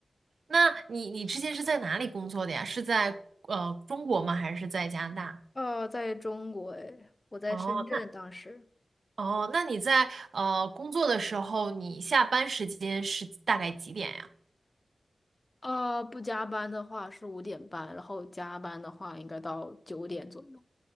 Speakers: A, on the right; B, on the left.
A: 那你你之前是在哪里工作的呀？是在呃中国吗？还是在加拿大？
B: 呃，在中国诶，我在深圳当时。
A: 哦，那哦，那你在呃工作的时候，你下班时间是大概几点呀？
B: 啊、不加班的话是五点半，然后加班的话应该到九点左右。